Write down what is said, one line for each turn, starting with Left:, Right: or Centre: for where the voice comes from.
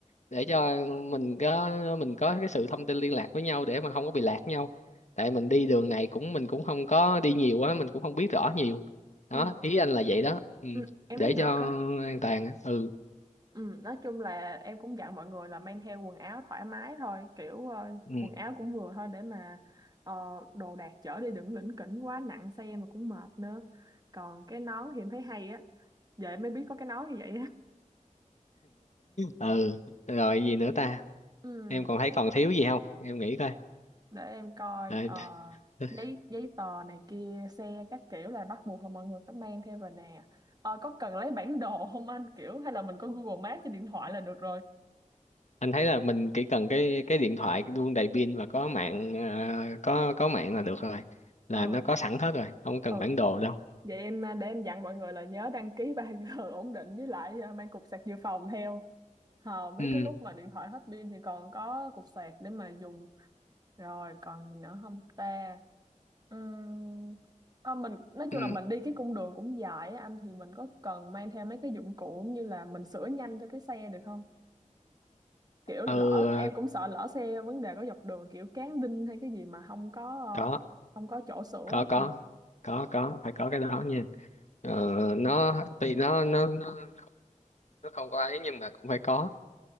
Left: để
Right: Ừ.
Left: cho mình có mình có cái sự thông tin liên lạc với nhau để mà không có bị lạc nhau tại mình đi đường này cũng mình cũng không có đi nhiều á mình cũng không biết rõ nhiều đó
Right: ừ,
Left: ý anh là vậy đó ừ.
Right: ừ em
Left: để
Right: thấy được
Left: cho
Right: á
Left: an toàn á. ừ
Right: ừ nói chung là em cũng dặn mọi người là mang theo quần áo thoải mái thôi kiểu ờ,
Left: ừ
Right: quần áo cũng vừa thôi để mà ờ, đồ đạc chở đi đừng lỉnh kỉnh quá nặng xe mà cũng mệt nữa còn cái nón thì em thấy hay á vậy mới biết có cái nón như vậy á
Left: ừ rồi gì nữa ta
Right: ừ
Left: em còn thấy còn thiếu gì không em nghĩ coi
Right: để em coi
Left: Rồi,
Right: ờ,
Left: <laughs>
Right: giấy giấy tờ này kia xe các kiểu là bắt buộc là mọi người phải mang theo rồi nè Ờ, có cần lấy bản đồ không anh kiểu hay là mình có Google Maps trên điện thoại là được rồi
Left: anh thấy là mình chỉ cần cái cái điện thoại luôn đầy pin và có mạng ờ, có có mạng là được rồi là
Right: ờ
Left: nó có sẵn hết rồi không cần
Right: ừ
Left: bản đồ đâu
Right: vậy em à, để em dặn mọi người là nhớ đăng ký ba <laughs> g ổn định với lại ờ, mang cục sạc dự phòng theo Ờ, mấy
Left: ừ
Right: cái lúc mà điện thoại hết pin thì còn có cục sạc để mà dùng Rồi còn gì nữa không ta? Uhm, à, mình nói chung
Left: ừ
Right: là mình đi cái cung đường cũng dài á anh thì mình có cần mang theo mấy cái dụng cụ như là mình sửa nhanh cho cái xe được không? Kiểu
Left: ừ,
Right: lỡ
Left: ờ,
Right: em cũng sợ lỡ xe vấn đề có dọc đường kiểu cán đinh hay cái gì mà không có ờ,
Left: có
Right: không có chỗ sửa.
Left: có có
Right: Ừ.
Left: có có phải có cái đó nha ờ, nó tuy nó nó nó nó không có ấy nhưng mà cũng phải có